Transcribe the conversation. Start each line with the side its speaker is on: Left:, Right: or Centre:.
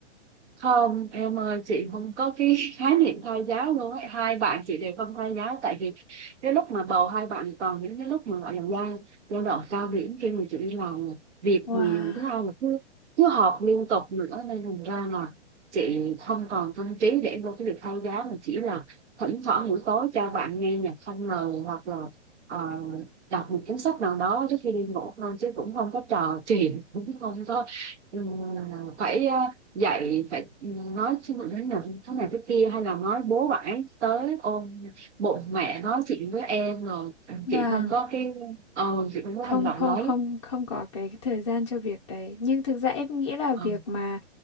Right: không em ơi chị không có cái <laughs> khái niệm thai giáo luôn ấy hai bạn chị đều không thai giáo tại vì cái lúc mà bầu hai bạn còn những cái lúc mà gọi là giai giai đoạn cao điểm khi mà chị đi làm việc
Left: Wow,
Right: nhiều thứ hai là cứ cứ họp liên tục nữa nên thành ra là chị không còn tâm trí để vô cái việc thai giáo mà chỉ là thỉnh thoảng buổi tối cho bạn nghe nhạc không lời hoặc là ờ, đọc một cuốn sách nào đó trước khi đi ngủ thôi chứ cũng không có trò chuyện <laughs> cũng không có ừ, phải ờ, dạy phải nói xin lỗi đến nhận thế này thế kia hay là nói bố bãi tới ôm bụng mẹ nói chuyện với em rồi
Left: vâng,
Right: chị không có cái ờ chị không có
Left: không
Right: hành động
Left: không
Right: nói
Left: không không có cái thời gian cho việc đấy. Nhưng thực ra em nghĩ là
Right: ờ
Left: việc mà